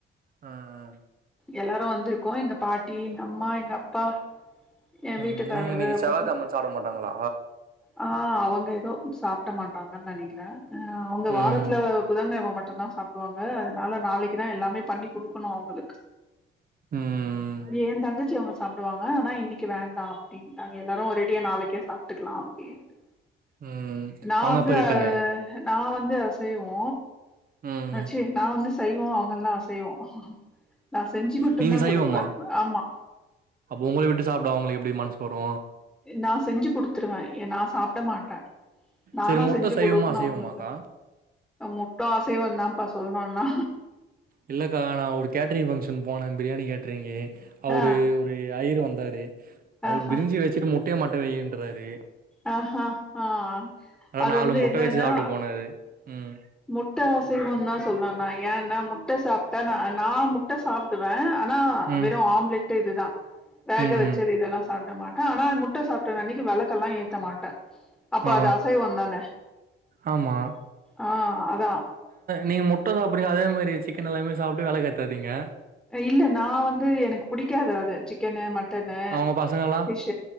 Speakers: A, on the right (about 45°); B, in the centre.
A: ஆ ஆ
B: எல்லாரு வந்துருக்கோ எங்க பாட்டி எங்க அம்மா எங்க அப்பா ஏ
A: ம்
B: வீட்டுக்காரரு
A: இன்னைக்கு செவ்வாகெழமன்னு
B: பசங்
A: சாப்ட மாட்டாங்களா
B: ஆ அவங்க எதோ சாப்ட மாட்டாங்க நனிக்றே அ அவுங்க
A: ம்
B: வாரத்ல புதங்கெழம மட்டுந்தா சாப்டுவாங்க அதுனால நாளக்குதா எல்லாமே பண்ணி குக்கணு அவுங்களுக்கு
A: ம்
B: ஏன் தங்கச்சி அவுங்க சாப்டுவாங்க அனா இன்னிக்கி வேண்டா அப்டின்ட்டாங்க எல்லாரு ஒரேடியா நாளக்கே சாப்ட்டுக்லா அப்டின்ட்டு
A: ம்
B: நா
A: அவங்க
B: வந்து
A: எப்ப ரிட்டனு
B: அ நா வந்து அஸ் செய்வோ
A: ம்
B: அச்சி நா வந்து சைவோ அவுங்கெல்லா அசைவோ நா செஞ்சு மட்டுந்தா
A: நீங்க சைவம்மா
B: குடுப்பே ஆமா
A: அப்ப உங்களை விட்டு சாப்ட அவுங்கெளுக் எப்டி மனஸ் வரு
B: நா செஞ்சி குடுத்துர்வ எ நா சாப்ட மாட்ட நானா
A: சரி முட்ட
B: செஞ்சு
A: சைவமா
B: குடுக்குணு
A: அசைவமாக்கா
B: அவுங்களுக்கு முட்டும் அசைவந்தான்ப்பா சொல்ணுன்னா
A: இல்லக்கா நா ஒரு கேட்ரி ஃபங்க்ஷன் போனே பிரியாணி கேட்ரிங்கி அவுரு
B: ஆ
A: ஒரு ஐரு வந் தாரு அவுர்
B: ஆஹா
A: பிரிஞ்சி வெச்சிட்டு முட்டய மட்டு வெய் ன்றாரு
B: அ ஹா ஹா
A: ஆனா
B: அது
A: நாலு
B: வந்து
A: முட்ட
B: என்னன்னா
A: வச்சு சாப்ட்டு போனாரு ம்
B: முட்ட அசைவொன் நா சொல்லா நா ஏன்னா முட்ட சாப்ட்டா நா அண் நா முட்ட சாப்டுவ ஆனா
A: ம்
B: வெறு ஆம்லெட்டு இதுதா வேக
A: ம்
B: வெச்சது
A: ம்
B: இதலா சாப்ட மாட்ட ஆனாய் முட் முட்ட சாப்ட்டன் அன்னிக்கி வெளக்கல்லா ஏத்த மாட்ட அப்போ
A: ஆ
B: அது அசைவொந்தான
A: ஆமா
B: ஆ அதா
A: நீங்க முட்ட சாப்புரிங்க அதே மாரி சிக்கன் எல்லாமே சாப்ட்டு வெலக் ஏத்தாதீங்க
B: இல்ல நா வந்து எனக்கு புடிக்காது அது சிக்கெனு மட்டனு
A: அவங்க பசங்கல்லா
B: பிஷ்ஷ